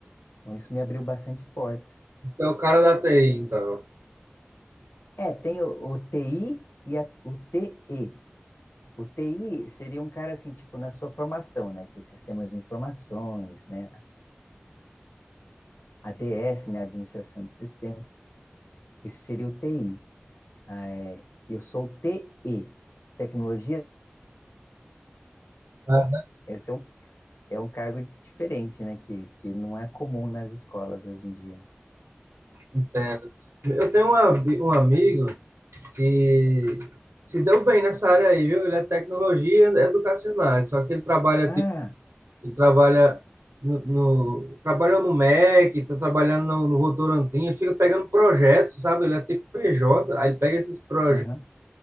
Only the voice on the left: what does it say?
Então, isso me abriu bastante portas.
É, tem o, o TI e a, o TE. O TI seria um cara assim, tipo, na sua formação, né, que é sistemas de informações, né, ADS, né, administração de sistemas. Esse seria o TI. É, eu sou o TE. Tecnologia,
esse é um, é um cargo diferente, né? Que, que não é comum nas escolas hoje em dia.
Ah,
aham.